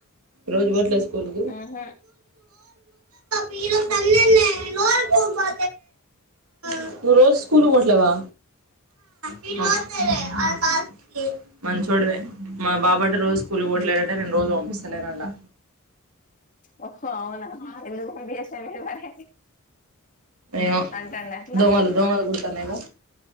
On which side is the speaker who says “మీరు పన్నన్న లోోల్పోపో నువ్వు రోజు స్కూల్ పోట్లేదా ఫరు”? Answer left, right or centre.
Right